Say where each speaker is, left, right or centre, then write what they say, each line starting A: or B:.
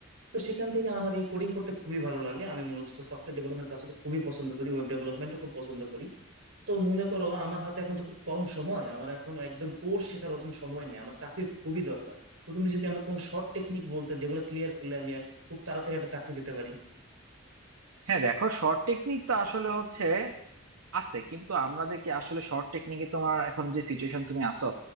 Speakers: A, on the right; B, on the right.
A: তো সেখান থেকে আমার এই কোডিং করতে খুবই ভালো লাগে আমি মূলত সফটওয়্যার ডেভেলপমেন্ট কাজ করতে খুবই পছন্দ করি ওয়েব ডেভেলপমেন্টও খুব পছন্দ করি তো মনে করো আমার হাতে এখন তো খুব কম সময় আমার এখন একদম কোর শেখার অত সময় নেই আমার চাকরির খুবই দরকার তো তুমি যদি আমাকে কোনো শর্ট টেকনিক বলতে যেগুলো ক্লিয়ার করলে আমি আর খুব তাড়াতাড়ি একটা চাকরি পেতে পারি
B: হ্যাঁ দেখো শর্ট টেকনিক তো আসলে হচ্ছে আছে কিন্তু আমাদেরকে আসলে শর্ট টেকনিকে তোমার এখন যে সিচুয়েশন তুমি আসো